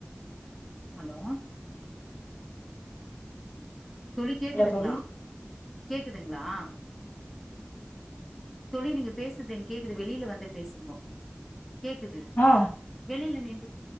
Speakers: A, in the centre; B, on the left.
A: ஹலோ தோழி கேக்குதுங்குளா
B: இல்ல தோழி
A: கேக்குதுங்குளா தோழி நீங்க பேசுது எனக்கு கேக்குது வெளியில வந்து பேசுங்கோ கேக்குது
B: ஆ
A: வெளியில நின்